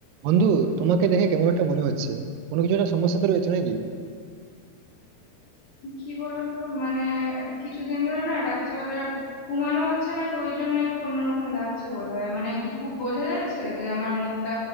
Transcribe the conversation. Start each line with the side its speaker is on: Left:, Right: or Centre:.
Right: বন্ধু তোমাকে দেখে কেমন একটা মনে হচ্ছে কোনো কিছু একটা সমস্যাতে রয়েছে নাকি
Left: কি বলতো মানে কিছুদিন ধরে না রাত্রেবেলা ঘুমানো হচ্ছে না তো ওই জন্য একটু অন্যরকম লাগছে বোধহয় মানে কি খুব বোঝা যাচ্ছে যে আমার মুখটা